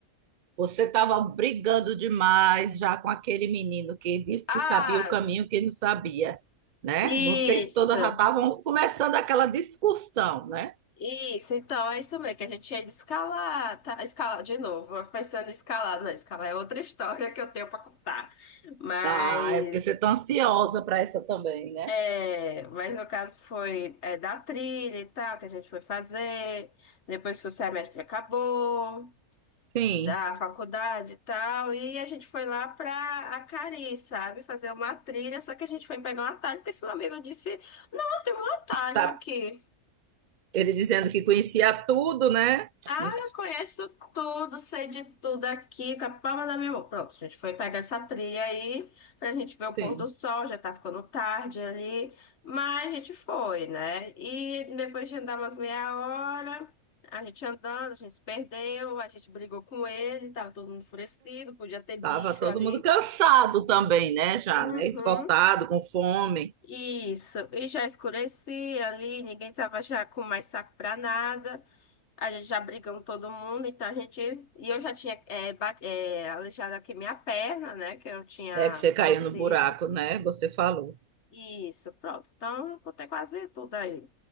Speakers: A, on the right; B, on the left.
A: Você estava brigando demais já com aquele menino que disse
B: Ah,
A: que sabia o caminho que não sabia, né?
B: isso.
A: Vocês todas já estavam começando aquela discussão, né?
B: Isso, então é isso mesmo, que a gente ia de escalar, tá? Escalar de novo, eu pensando em escalar, não, escalar é outra história que eu tenho para contar. Mas.
A: Ah, é porque você está ansiosa para essa também, né?
B: É, mas no caso foi é, da trilha e tal, que a gente foi fazer, depois que o semestre acabou,
A: Sim,
B: da faculdade e tal, e a gente foi lá pra Acari, sabe, fazer uma trilha, só que a gente foi pegar um atalho, porque esse meu amigo disse, não, tem um atalho
A: Tá,
B: aqui.
A: ele dizendo que conhecia tudo, né?
B: Ah,
A: Não
B: eu conheço tudo, sei de tudo aqui, com a palma da minha mão. Pronto, a gente foi pegar essa trilha aí pra gente ver
A: sim.
B: o pôr do sol, já tá ficando tarde ali, mas a gente foi, né? E depois de andar umas meia hora, a gente andando, a gente se perdeu, a gente brigou com ele, tava todo mundo enfurecido, podia ter bicho
A: Tava todo
B: ali.
A: mundo cansado também, né? Já,
B: Uhum,
A: né? Esgotado, com fome,
B: isso, e já escurecia ali, ninguém tava já com mais saco pra nada. A gente já brigamos todo mundo, então a gente. E eu já tinha é, bate- é, aleijado aqui minha perna, né? Que eu tinha
A: né? Que você caiu
B: torcido.
A: no buraco, né? Você falou.
B: Isso, pronto. Então eu contei quase tudo aí,